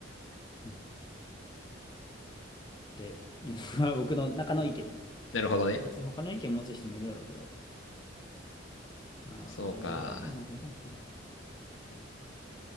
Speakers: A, on the left; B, on the left.
A: っていうのが僕の中の意見ね。
B: <laughs> なるほどね。
A: 別に他の意見持つ人もいるだろうけど、あー分配権なんか持たなくていいな。
B: そうか。